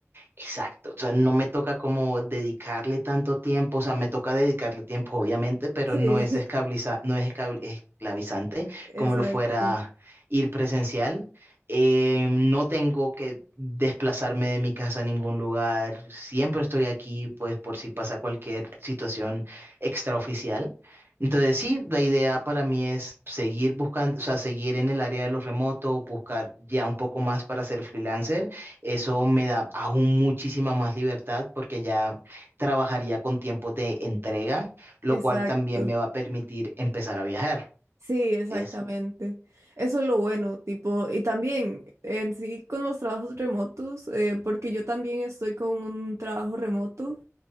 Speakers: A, on the right; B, on the right.
A: Exacto, o sea, no me toca como dedicarle tanto tiempo, o sea, me toca dedicarle tiempo, obviamente, pero
B: Sí,
A: no es esclaviza- no es esclav- esclavizante
B: <laughs> exacto.
A: como lo fuera ir presencial. Eh, no tengo que desplazarme de mi casa a ningún lugar, siempre estoy aquí, pues por si pasa cualquier situación extraoficial. Entonces, sí, la idea para mí es seguir buscando, o sea, seguir en el área de lo remoto, buscar ya un poco más para ser freelancer eso me da aún muchísima más libertad porque ya trabajaría con tiempos de entrega, lo
B: Exacto.
A: cual también me va a permitir empezar a viajar.
B: Sí, exactamente.
A: Es
B: Eso es lo bueno, tipo, y también en sí con los trabajos remotos, eh, porque yo también estoy con un trabajo remoto